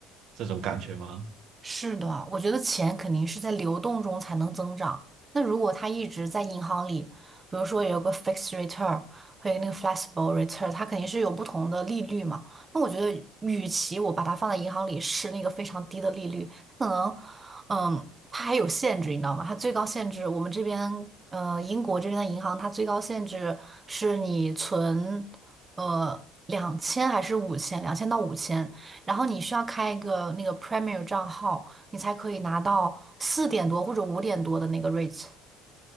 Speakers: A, on the right; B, on the right.
A: 这种感觉吗？
B: 是的，我觉得钱肯定是在流动中才能增长。那如果它一直在银行里，比如说有个 fixed return 和一个那个 flexible return，它肯定是有不同的利率嘛。那我觉得，与其我把它放在银行里是那个非常低的利率，它可能，嗯，它还有限制，你知道吗？它最高限制，我们这边，呃，英国这边的银行，它最高限制是你存，呃，两千还是五千，两千到五千。然后你需要开一个那个 Premier 账号，你才可以拿到四点多或者五点多的那个 rate。